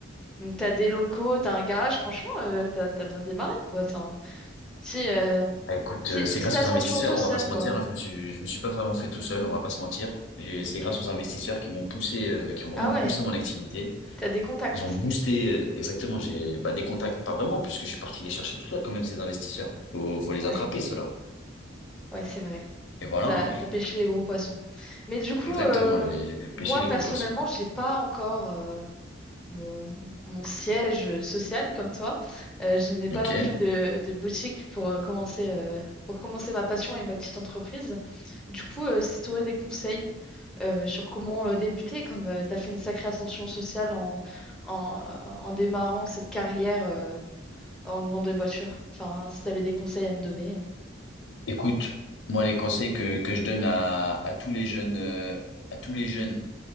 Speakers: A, in the centre; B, on the left.
A: Donc, t'as des locaux, t'as un garage, franchement, euh, t'as, t'as bien démarré, quoi. T'as un petit, euh,
B: Ah, écoute,
A: petit-
B: euh, c'est
A: petite
B: grâce
A: ascension
B: aux investisseurs,
A: sociale,
B: on va pas se
A: quoi.
B: mentir. hein, je me suis je me suis pas vraiment fait tout seul, on va pas se mentir. J'ai-
A: Ok.
B: C'est grâce aux investisseurs qui m'ont poussé, euh, qui ont vraiment
A: Ah ouais,
B: poussé mon activité.
A: t'as des contacts.
B: Ils ont boosté euh, exactement. J'ai bah, des contacts, pas vraiment, puisque je suis parti les chercher tout seul quand même ces investisseurs. Faut faut les
A: Ouais,
B: attraper ceux-là.
A: ouais, c'est vrai.
B: Et voilà.
A: T'as,
B: hein.
A: t'as pêché les gros poissons. Mais du coup,
B: Exactement,
A: euh,
B: les, les pêcher
A: moi,
B: les
A: personnellement,
B: gros poissons.
A: j'ai pas encore. euh, mon, mon siège euh, social comme toi. Euh, je n'ai pas
B: Ok.
A: non plus de, de boutique pour euh, commencer, euh, pour commencer ma passion et ma petite entreprise. Du coup, euh, si tu aurais des conseils euh, sur comment euh, débuter, comme tu as fait une sacrée ascension sociale en, en, en démarrant cette carrière euh, en louant des voitures, enfin, si tu avais des conseils à me donner. euh.
B: Écoute, moi les conseils que, que je donne à, à tous les jeunes euh, à tous les jeunes